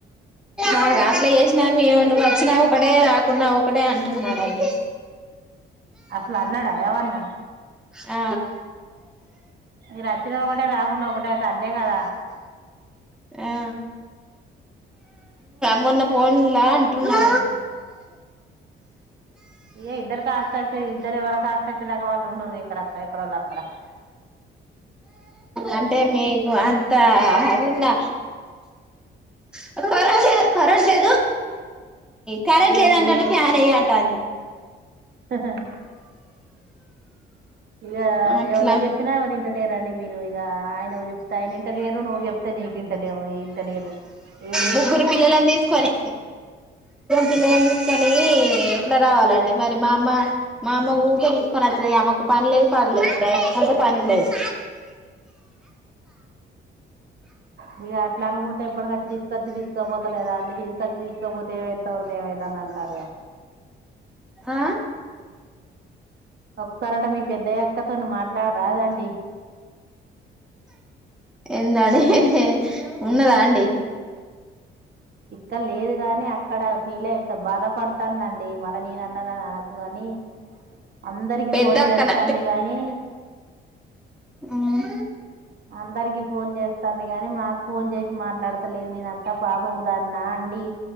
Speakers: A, in the centre; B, on the right (about 55°).
A: అ అట్లా చేసినా మే నువ్వు వచ్చినా ఒకడే రాకున్నా ఒకడే అంటున్నాడుండి
B: అట్ల అన్నాడా ఎవన్నా
A: ఆ
B: మీరు అచ్చిన ఒకటే రాకుండా ఒకటే అట్లీ కదా
A: ఆ మొన్న పోన్లా అంటున్నాడు
B: ఇయ ఇద్దరు కాస్త వచ్చే ఇద్దరు వాళ్ళ కాస్త వచ్చేలేక వాళ్ళు ఉండరు ఎక్కడక్క ఎక్కడ వాళ్ళు అక్కడ
A: అంటే మీకు అంత ఉందా కరెంట్ లేదు కరెంట్ లేదు కరెంట్
B: ఇక
A: లేదంటంటే
B: మీ
A: ఫ్యాన్ ఎయ్యి అంటాంది
B: హ ఇక
A: అట్లా
B: ఎవళకి చెప్పినా ఎవరు ఇంట లేరండి మీరు ఇ ఆయన చెప్తే ఆయన ఇంట లేరు నువ్వు చెప్తే నీకు ఇంట లేవు ఇ ఇ లేరు తేలేదు ఇగ
A: ముగ్గురు పిల్లలని తీసుకొని పిల్లలని తీసుకొని ఎట్లా రావాలండి మరి మా అమ్మ మా అమ్మ ఊకె తీసుకొని అచ్చ అమెకు పని లే పాడలే <inaudible> కంటే పనుండది
B: అ ఇగ అట్లా అనుకుంటే ఎప్పడుకిచ్చి తీసుకచ్చి తీసుకోపోతలేదా అండి తీసుకొచ్చి తీసుకోపోతే ఏమైతేలుదు ఏమైతద అర్రే
A: ఆ
B: ఒకసారి అంట మీ పెద్దయ్యక్కతోను మాట్లాడరాదండి
A: ఎందని ఉన్నదా అండి
B: ఇక్కడ లేదు గాని అక్కడ ఫీల్ అయితే బాధపడుతందండి మళ్ళ నేన అన్ననకు కాని అందరికి
A: పెద్ద
B: ఫోన్
A: అక్కన
B: చేస్తాంది కానీ
A: ఉమ్
B: అందరికి ఫోన్ చేస్తాంది గానీ మాకు ఫోన్ చేసి మాట్లాడుతలేదు నేన అంతా పాపపు దాన్నా అండి